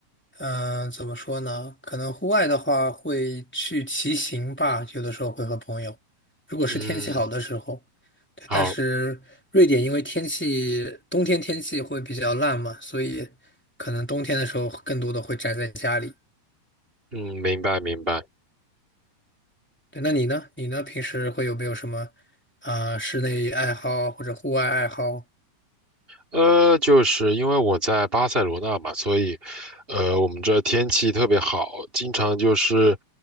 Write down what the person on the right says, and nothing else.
嗯，
好。
嗯，明白明白。
呃，就是因为我在巴塞罗那嘛，所以，呃，我们这天气特别好，经常就是